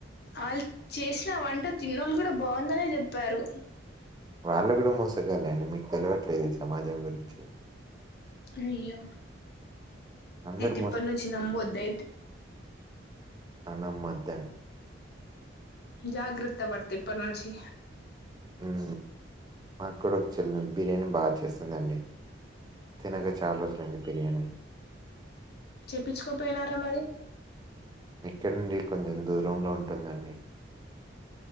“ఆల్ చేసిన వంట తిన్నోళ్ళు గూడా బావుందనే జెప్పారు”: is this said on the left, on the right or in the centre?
Left